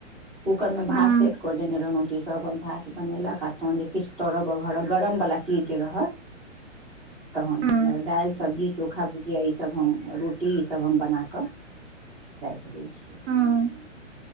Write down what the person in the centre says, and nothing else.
कूकर मे भात
सेट कऽ देने रहलौं तऽ ई सब अपन भात बनेलक आ तहन जे किछ तड़ब बघर गरमवला चीज जे रहल तहन
दालि सब्जी चोखा भूजि या ई सब हम रोटी ई सब हम बनाकऽ राखि दै छियै